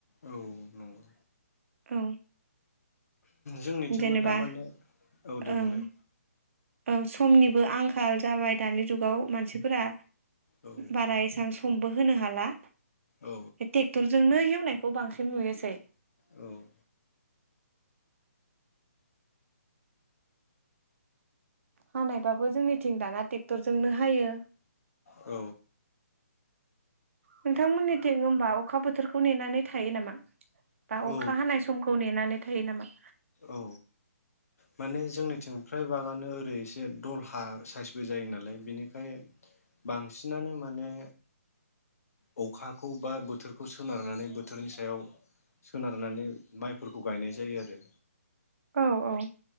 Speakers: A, on the left; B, on the right.
A: औ नंगौ
B: औ
A: जोंनिथिंबो
B: जेनेबा
A: दा माने औ दे
B: ओं
A: बुंलाय।
B: औ समनिबो आंखाल जाबाय दानि जुगाव मानसिफोरा।
A: औ
B: बारा एसां सम मबो होनो हाला।
A: औ
B: टेक्टरजोंनो हेव नायखौ बांसिन नुयोसै।
A: औ।
B: हानायबाबो जोंनिथिं दाना टेक्टरजोंनो हायो।
A: औ।
B: नोंथांमोननिथिं ओमबा अख खा बोथोरखौ नेनानै थायो नामा? बा
A: औ
B: अखा हानाय समखौ नेनानै थायो नामा?
A: औ। माने जोंनिथिं फ्राय बागानो ओरै एसे दलहा साइसबो जायो नालाय बिनिखाय बांसिनानो माने अखाखौ बा बोथोरखौ सोनारनानै बोथोरनि सायाव सोनारनानै माइफोरखौ गायनाय जायो आरो
B: औ औ